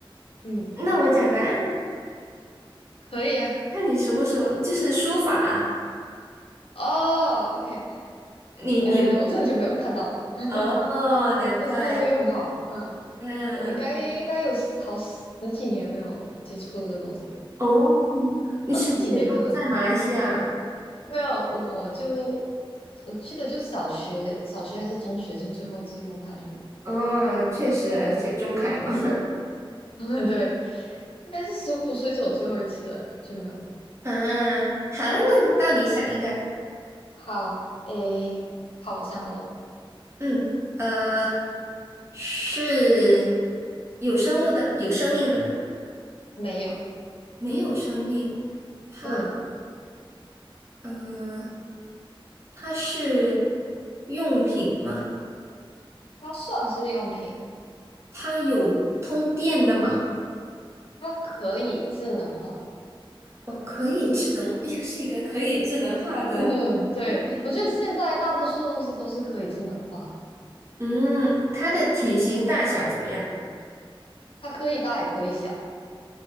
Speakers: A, on the left (about 80°); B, on the right (about 30°).
A: 嗯，
B: 那我讲答案。
A: 可以啊，
B: 看你熟不熟，就是书法啊
A: 哦，OK，
B: 你你有
A: 呃，我是很久没有看到了，<laughs>
B: 哦，难怪，
A: 但是但是又很好，嗯，
B: 嗯，
A: 我应该应该有十好十几年没有接触这个东西了，
B: 哦，你实体的都不在马来西亚，
A: 二十几年可能没有，我就我记得就小学小学还是中学就最后一次用它就没有了
B: 哦，确实写中楷嘛，
A: 嗯嗯，<laughs> 对，应该是十五岁是我最后一次了就没有了
B: <laughs> 啊，好了，那到你想一个，
A: 好，诶，好，我想好了，
B: 嗯，呃，是有生物的，有生命的吗？
A: 没有。
B: 没有生命，它，
A: 嗯，
B: 嗯、它是用品吗？
A: 它算是用品，
B: 它有通电的吗？
A: 它可以智能化。<laughs>
B: 哦，可以智能，又是一个可以智能化的用品
A: 嗯，对，我觉得现在大多数的东西都是可以智能化，
B: 嗯，它的体型大小怎么样？
A: 它可以大也可以小。